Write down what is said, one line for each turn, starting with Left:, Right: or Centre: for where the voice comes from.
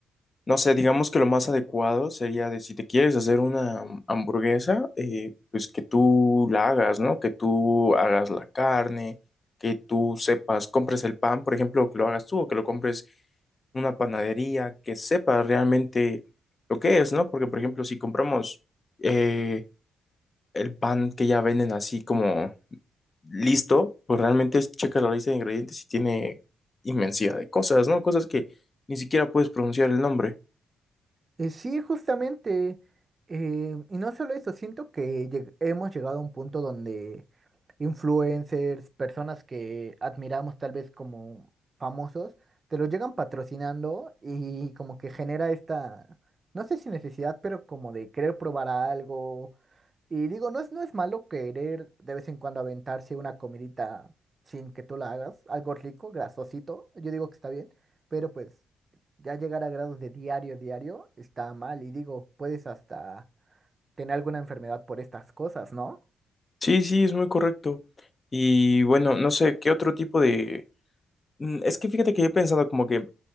Left: No sé, digamos que lo más adecuado sería de si te quieres hacer una hamburguesa, eh, pues que tú la hagas, ¿no? Que tú hagas la carne, que tú sepas, compres el pan, por ejemplo, que lo hagas tú o que lo compres una panadería, que sepas realmente lo que es, ¿no? Porque, por ejemplo, si compramos eh, el pan que ya venden así como listo, pues realmente es checas la lista de ingredientes y tiene inmensidad de cosas, ¿no? Cosas que ni siquiera puedes pronunciar el nombre.
Right: Eh, sí, justamente. eh, y no solo eso, siento que lleg- hemos llegado a un punto donde influencers, personas que admiramos tal vez como famosos, te lo llegan patrocinando y como que genera esta, no sé si necesidad, pero como de querer probar algo y digo, no es, no es malo querer de vez en cuando aventarse una comidita sin que tú la hagas, algo rico, grasosito, yo digo que está bien, pero pues ya llegar a grados de diario, diario, está mal. Y digo, puedes hasta tener alguna enfermedad por estas cosas, ¿no?
Left: Sí, sí, es muy correcto. Y bueno, no sé, ¿qué otro tipo de...? Mm, Es que fíjate que he pensado como que